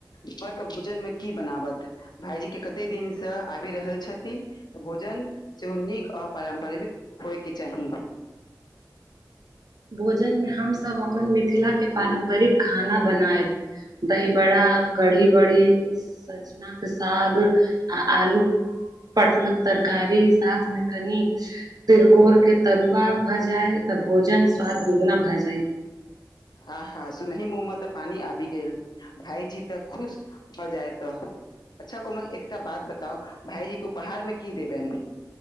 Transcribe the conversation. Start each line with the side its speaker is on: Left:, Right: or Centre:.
Left: घर के भोजन मे कि बनाबत। भाईजी के कते दिनस आबि रहल छथिन भोजन। सेहो नीक आ पारम्परिक होए के चाही।
Right: भोजन मे हमसभ अपन मिथिला के पारम्परिकऽ खाना बनायब। दही बड़ कढ़ी बड़ी। चचना के साग आलु पटलकऽ तरकारी साथ मे कनि। तिलकोर के तरुआ भऽ जाय तऽ भोजन स्वाद दुगुना भए जाय।
Left: अहाँ सुन मुहमे तऽ पानी आबि गेल भाईजी तऽ खुश। भऽ जाय तऽ अच्छा कोमल एकटा बात बताउ भाायजी के उपहार मे कि देबनि।